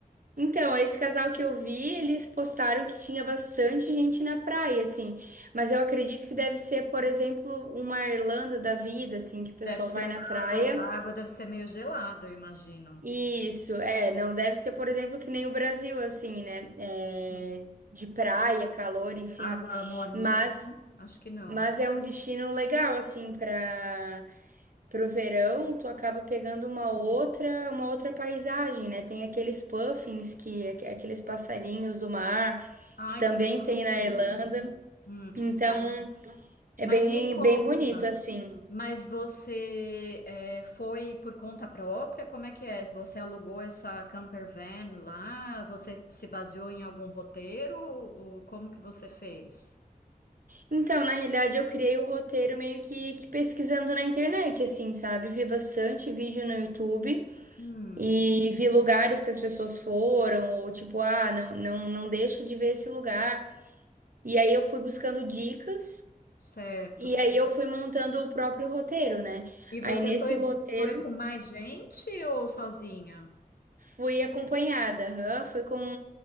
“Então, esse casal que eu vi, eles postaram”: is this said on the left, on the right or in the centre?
Right